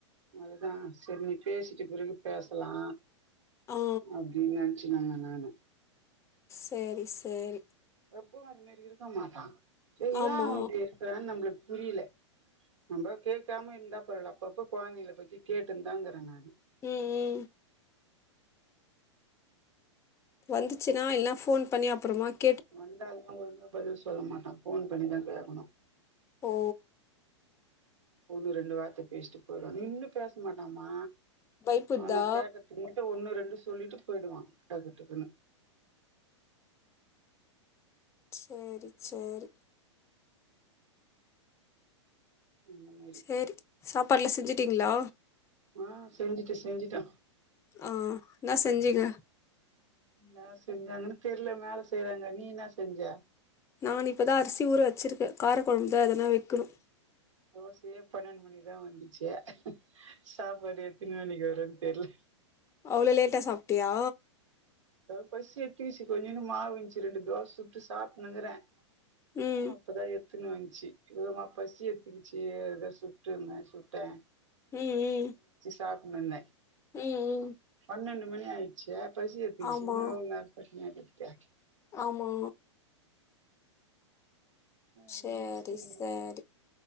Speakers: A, on the right; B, on the left.
A: அதுதா செரி நீ பேசிட்டு பிறகு பேசலா
B: ஆ
A: அப்டின்னு நெனச்சு <unintelligible> நானு
B: செரி செரி
A: எப்பவூ அது மாரி இருக்க மாட்டா செரி
B: ஆமா
A: ஏ அவ அப்டி இருக்குறா நம்ளுக் புரீலே நம்ப கேக்காம இருந்தா பரவால அப்பப்ப கொழந்தைகள பத்தி கேட்டுந்தாருக்கிறே நானு
B: ம் ம் வந்துச்சுன்னா இல்லன்னா ஃபோன் பண்ணி அப்றமாக்
A: வந்தாலுமா ஒழுங்கா பதில் சொல்ல மாட்டா ஃபோன் பண்ணிதா கேக்கணூ
B: ஓ
A: ஒன்னு ரெண்டு வார்த்த பேசிட்டு போயிடுவா நின்னு பேச மாட்டாமா
B: பயப்புட்தா
A: ஆ நா கேக்றதுக் மட்டூ ஒன்னு ரெ ந்து சொல்லிட்டு போயிடுவா டக்கு டக்குன்னு
B: சேரி சேரி
A: அந்த மாரி
B: செரி சாப்பாடுலா செஞ்சுட்டீங்ளா
A: ஆ செஞ்சுட்டே செஞ்சுட்டே
B: ஆ என்னா செஞ்சீங்க
A: என்னா செஞ்சாங்கன்னு தெர்ல மேல செய்றாங்க நீ என்ன செஞ்ச
B: நானிப்பதா அரிசி ஊற வச்சிருக்கே கார குழம்புதா எதுனா வெக்கணூ
A: தோசையே பன்னெண்ட் மணிக்கிதா வந்துச்சு சாப்பாடு எத்தினி மணிக்கி வரூன்னு தெர்ல
B: அவ்ளோ லேட்டா சாப்ட்டியா
A: பசி எட்த்துச்சு கொஞ்சோன்னு மாவுந்துச்சு ரெண்டு தோச சுட்டு சாப்ட்னுங்கிறே
B: ம்
A: ஆ அப்பதா எப் த்துன்னு வந்துச்சு இல்லமா பசி எட்த்துக்கிச்சு அதா சுட்டுருந்தே சுட்டே
B: ம் ம்
A: சாப்னுந்தே
B: ம் ம்
A: னன்டு மணியாய்ச்சு பஸ் பேசுனமே
B: ஆமா
A: <unintelligible> நீயாது இருப்யா
B: ஆமா சேரி
A: அதுமாரி சரி
B: சேரி